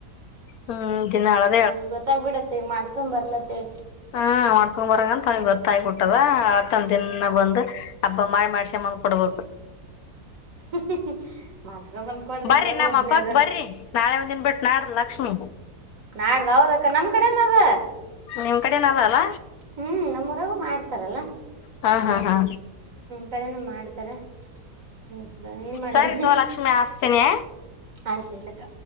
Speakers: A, on the left; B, on the right.
A: ಹ್ಮ್ ದಿನ ಅಳ್ತಾ
B: ನನಗ್ ಗೊತ್ತಾಗ್ಬಿಡತ್ತ ಈಗ ಮಾಡ್ಸ್ಕೊಂಡ್ ಬರ್ಲತ್ತೇಳಿ
A: ಹಾ ಮಾಡಿಸ್ಕೊಂಡು ಬರಲ್ಲ ಅಂತ ತನಿಗೆ ಗೊತ್ತಾಗಬಿಟ್ಟದ ಅತ್ತಂದ ದಿನ ಬಂದ್ ಅಪ್ಪ ಮಾಡ್ ಮಾಡಿಸಿ ಕೊಡ್ಬೇಕು
B: <inaudible> ಮಾಡಿಸ್ಕೊಂಬಂದು ಕೊಡ್ರಿ
A: ಬರಿ
B: ಇರೋದ
A: ನಮ
B: ಒಬ್ಬನೇ
A: ಹಬ್ಬಕ್
B: ಅದ
A: ಬರ್ರಿ ನಾಳೆ ಒಂದನ್ ಬಿಟ್ ನಾಡ್ದ ಲಕ್ಷ್ಮಿ
B: ನಾಡ್ದ ಹೌದ ಅಕ್ಕ ನಮ್ ಕಡೆನು ಅದ
A: ನಿಮ್ ಕಡೆನು ಆದ ಅಲ್ಲ
B: ಹ್ಮ್ ನಮ್ಮೂರಾಗು ಮಾಡ್ತಾರಲ್ಲ
A: ಹಾ ಹಾ ಹಾ
B: ಕಡೆನು ಮಾಡ್ತಾರೆ ಹ್ಮ್ ಏನ್ ಮಾಡಣ
A: ಸರಿ ತೋ ಲಕ್ಷ್ಮಿ ಹಸ್ತೀನಿ.
B: ಆಯ್ತಾಯ್ತಕ್ಕ